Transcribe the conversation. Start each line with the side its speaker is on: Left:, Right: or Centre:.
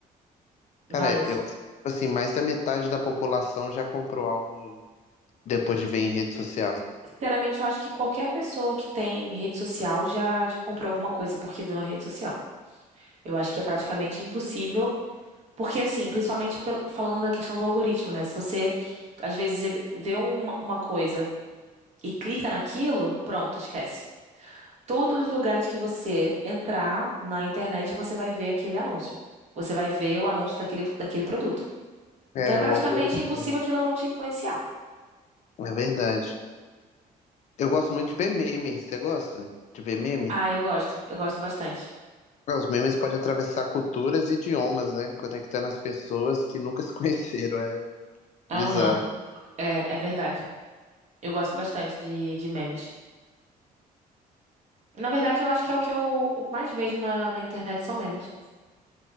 Left: Cara,
Right: várias.
Left: eu acho que assim, mais da metade da população já comprou algo depois de ver em rede social.
Right: Sinceramente, eu acho que qualquer pessoa que tem rede social já já comprou alguma coisa porque viu na rede social. Eu acho que é praticamente impossível, porque assim, principalmente pel- falando da questão do algoritmo, né? Se você às vezes vê uma, uma coisa e clica naquilo, pronto, esquece. Todos os lugares que você entrar na internet, você vai ver aquele anúncio. Você vai ver o anúncio daquele, daquele produto.
Left: É,
Right: Então é praticamente
Left: o algoritmo,
Right: impossível
Left: né?
Right: aquilo não te influenciar.
Left: É verdade. Eu gosto muito de ver meme. Você gosta de ver meme?
Right: Ah, eu gosto. Eu gosto bastante.
Left: Ah, Os memes podem atravessar culturas e idiomas, né? Conectando as pessoas que nunca se <laughs> conheceram. É
Right: Aham.
Left: bizarro.
Right: É, é verdade. Eu gosto bastante de, de memes. Na verdade, eu acho que é o que eu o mais vejo na, na internet são memes.